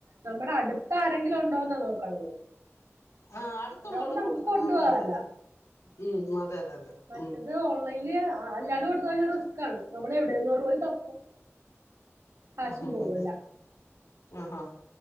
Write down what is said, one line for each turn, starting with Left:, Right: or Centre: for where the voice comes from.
Right: നമ്മുടെ അടുത്തരെങ്കിലും ഉണ്ടോന്നാ നോക്കണത്
Left: ആഹ് അടുത്തുള്ളൂടെ
Right: ഇതാവുമ്പോ നമുക്ക്
Left: കൊടുക്കുന്നതാ
Right: കൊണ്ടു പോകാല്ലോ
Left: നല്ലത് ഉം അതെ അതെ അതെ
Right: മറ്റത്
Left: ഉം
Right: ഓൺലൈനില് അല്ലാണ്ട് കൊടുത്തു കഴിഞ്ഞാൽ റിസ്കാണ് നമ്മൾ എവിടെന്ന് പോയി തപ്പും കാശും
Left: ആഹ്
Right: പോവല്ലോ
Left: ഹ് ഹ് ഹ് ആഹ് ഹാ